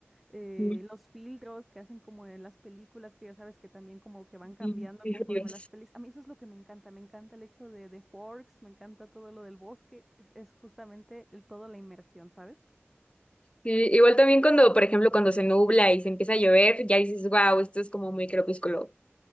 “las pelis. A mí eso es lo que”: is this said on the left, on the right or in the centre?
Centre